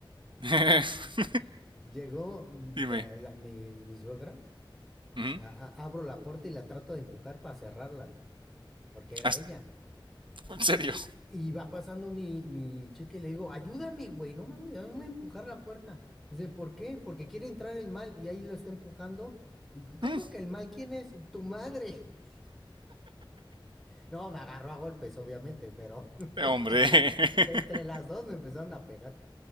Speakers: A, on the right (about 65°); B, in the centre.
A: <laughs>
B: <laughs> Llegó mm,
A: Dime.
B: la- la- mi, mi suegra,
A: Ujú.
B: a- a- abro la puerta y la trato de empujar para cerrarla. porque era
A: Has-
B: ella.
A: ¿En serio?
B: Y, y- y va pasando mi, mi chica y le digo, ayúdame, güey, no mames, ayúdame a empujar la puerta. Dice, ¿por qué? Porque quiere entrar el mal y ahí lo está empujando. ¿Y cómo
A: Mm,
B: que el mal quién es? Tu madre. <laughs> No, me agarró a golpes, obviamente, pero
A: Hombre. <laughs>
B: <laughs> entre las dos me empezaron a pegar.